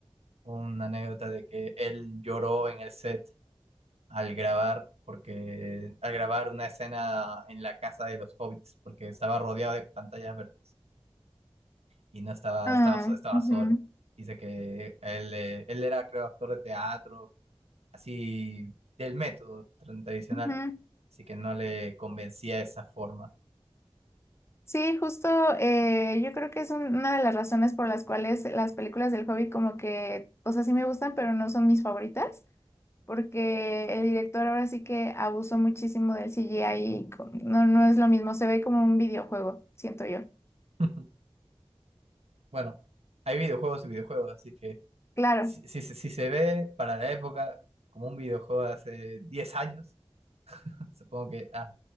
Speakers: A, on the right; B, on the left.
A: una anécdota de que él lloró en el set al grabar, porque al grabar una escena en la casa de los hobbits, porque estaba rodeado de pantallas verdes y no estaba,
B: Ah,
A: estaba, so- estaba
B: ujú,
A: solo. Dice que él, eh, él era, creo, actor de teatro, así del método tra- tradicional,
B: ujú.
A: así que no le convencía esa forma.
B: Sí, justo eh, yo creo que es un- una de las razones por las cuales las películas del Hobbit como que, o sea, sí me gustan, pero no son mis favoritas, porque el director ahora sí que abusó muchísimo del CGI y co- no, no es lo mismo, se ve como un videojuego, siento yo.
A: <laughs> Bueno, hay videojuegos y videojuegos, así que
B: Claro,
A: si, si se si se ve para la época como un videojuego de hace 10 años, <laughs> supongo que ah,